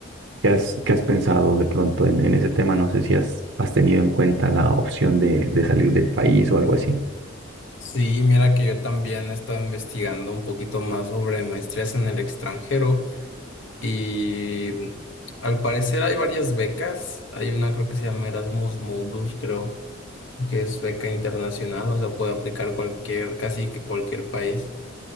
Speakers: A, on the right; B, on the left.
A: qué has, qué has pensado de pronto en, en ese tema? No sé si has, has tenido en cuenta la opción de, de salir del país o algo así.
B: Sí, mira que yo también he estado investigando un poquito más sobre maestrías en el extranjero. Y al parecer hay varias becas. Hay una creo que se llama Erasmus Mundus, creo, que es beca internacional, o sea, puede aplicar cualquier, casi que cualquier país.